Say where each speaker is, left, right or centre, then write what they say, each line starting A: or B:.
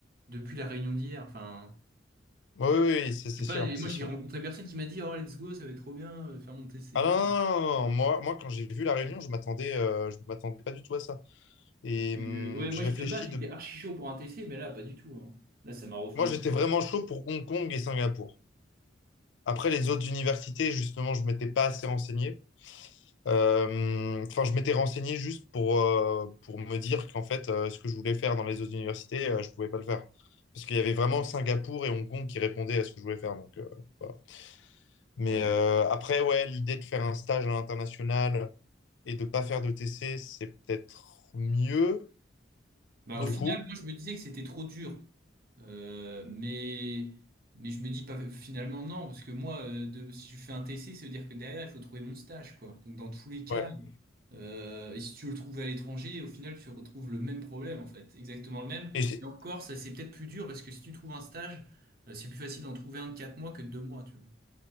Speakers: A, on the right; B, on the left.
A: depuis la réunion d'hier. Enfin,
B: Oui, oui, oui, c'est c'est
A: je sais
B: sûr,
A: pas, et
B: c'est
A: moi, j'ai
B: sûr.
A: rencontré personne qui m'a dit, oh, let's go, ça va être trop bien, euh, faire mon TC.
B: Ah non, non, non, non, Moi, moi, quand j'ai vu La Réunion, je m'attendais, euh, je m'attendais pas du tout à ça. Et
A: Parce que,
B: hum,
A: ouais, moi,
B: je
A: j'ai-
B: réfléchis
A: de base, j'étais
B: de...
A: archi chaud pour un TC, mais là, pas du tout, hein. Là, ça m'a refroidi.
B: Moi, j'étais vraiment chaud pour Hong Kong et Singapour. Après, les autres universités, justement, je m'étais pas assez renseigné. Euh, Enfin, je m'étais renseigné juste pour, euh, pour me dire qu'en fait, euh, ce que je voulais faire dans les autres universités, euh, je pouvais pas le faire. Parce qu'il y avait vraiment Singapour et Hong Kong qui répondaient à ce que je voulais faire. Donc, euh, voilà. Mais
A: Ouais.
B: euh, après, ouais, l'idée de faire un stage à l'international et de pas faire de TC, c'est peut-être mieux,
A: Bah,
B: du
A: au final,
B: coup.
A: moi, je me disais que c'était trop dur. Euh, mais, mais je me dis pas, finalement, non, parce que moi, euh, de- si je fais un TC, ça veut dire que derrière, il faut trouver mon stage, quoi. Donc, dans tous les cas,
B: Ouais.
A: euh, et si tu veux le trouves à l'étranger, au final, tu retrouves le même problème, en fait. Exactement le même.
B: Et, c'est-
A: Et encore, ça, c'est peut-être plus dur, parce que si tu trouves un stage, euh, c'est plus facile d'en trouver un de 4 mois que de 2 mois, tu vois.